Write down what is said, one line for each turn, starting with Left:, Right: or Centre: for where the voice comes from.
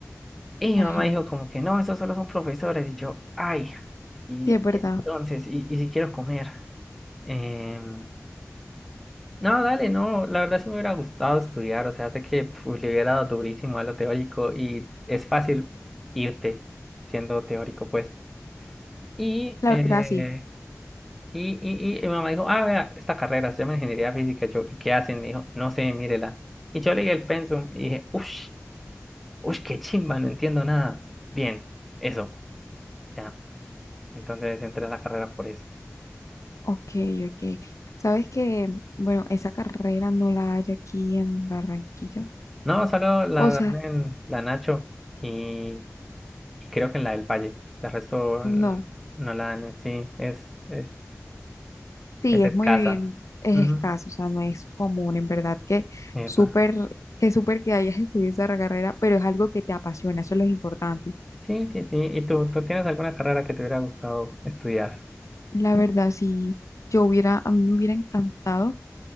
Centre: Y
Left: ajá,
Centre: mi mamá dijo como que no, esos solo son profesores. Y yo, ay, y,
Left: sí, es verdad,
Centre: y entonces, y, y si quiero comer. Em, no, dale, no, la verdad sí me hubiera gustado estudiar, o sea, sé que pf, le hubiera dado durísimo a lo teórico y es fácil irte siendo teórico, pues. Y
Left: la
Centre: Mm. eh,
Left: verdad sí,
Centre: Y, y, y, y mi mamá dijo, ah, vea, esta carrera se llama ingeniería física. Yo, ¿y qué hacen? Me dijo, no sé, mírela. Y yo leí el pensum y dije, uff, uff, qué chimba, no entiendo nada. Bien, eso, ya. Entonces entré a la carrera por eso.
Left: ok, ok. Sabes que, bueno, esa carrera no la hay aquí en Barranquilla,
Centre: No, solo la
Left: o
Centre: dan
Left: sea,
Centre: en la Nacho y, y creo que en la del Valle. La resto
Left: no.
Centre: mm, no la dan en sí, es, es,
Left: Sí,
Centre: es
Left: es
Centre: escasa.
Left: muy, es
Centre: Ujú.
Left: escaso, o sea, no es común, en verdad, que
Centre: Epa.
Left: súper, que súper que hayas estudiado esa carrera, pero es algo que te apasiona, eso es lo importante.
Centre: Sí, sí, sí. ¿Y tú, tú tienes alguna carrera que te hubiera gustado estudiar?
Left: La verdad, si yo hubiera, a mí me hubiera encantado